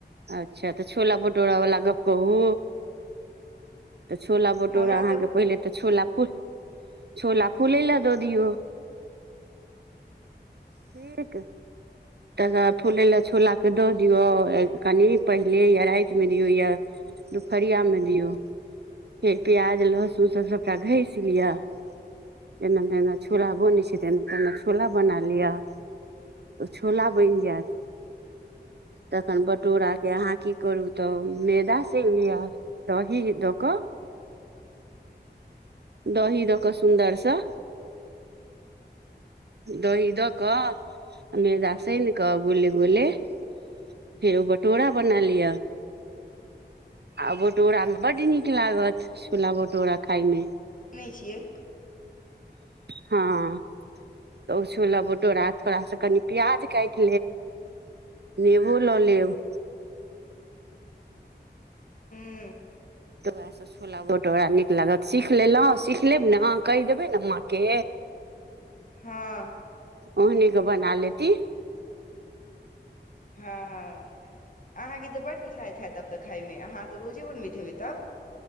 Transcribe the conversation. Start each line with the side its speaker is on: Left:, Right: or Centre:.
Right: अच्छा तऽ छोला भटूरा वला गप्प कहू तऽ छोला भटूरा
Left: हमरा
Right: अहाँ
Left: तऽ
Right: के पहिले तऽ छोला फूल छोला फूले लेअ दऽ दियौ ठीक त फुले लेअ छोला के दऽ दियऔ कनि पहिले या रातिमे दियौ या दुपहरियामे दियौ फेर पि्याज लसुन सब ओकरा घस लिअ जेना जेना छोला बनै छै तेना कनि छोला बना लिअ तऽ छोला बनि जायत तखन भ तोरा के अहाँ की करू तऽ मैदा साइन लिअ दही दऽ कऽ
Left: <inaudible>
Right: दही दऽ कऽ सुन्दरसँ दही द क कनी एकरा सइन क गोले गोले फेर ओ भटोरा बना लिअ आ भटोरा मे बड नीक लागत छूला भटूरा खााय मे
Left: सुनै छियै
Right: हँ तऽ ओ छोला भटोरा थोड़ा से कनि प्याज काइट लेब ओ लऽ लेब
Left: हूँ
Right: तऽ उएहसँ छोला भटोरा नीक लागत सीख लेलहुँ सीख लेब ने कहि देबै ने माँके
Left: हँ
Right: ओहने क बना लेती
Left: हँ हँ अहाँकेँ तऽ बड्ड नीक लागैत हएैत तब तऽ खाइमे अहाँ तऽ रोजे बनबयत हेबै तब